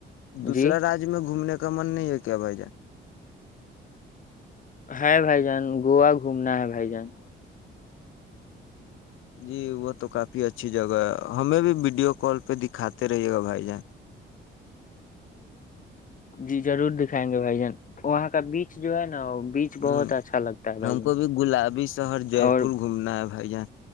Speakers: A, on the left (about 40°); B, on the left (about 85°).
A: تھو-
B: دوسرا
A: جی
B: رج میں گھومنے کا کا من نہیں ہے کیا بھائی جان
A: ہاں بھائی جان گوو گھومنا ہے بھائی جان
B: جی وہ تو کافی اچھی جگہ ہمیں بھی ویڈیو کال پہ دکھاتے رہیے گا بھائی جان
A: جی ضرور دکھائیں گے بھائی جان وہاں کا بیچ جو ہے نا بیچ بہت
B: ہ
A: اچھا لگتا ہے بھائی
B: ہم
A: جان
B: کو بھی گلابی شہر جے
A: اور
B: پور گھومنا ہے یہ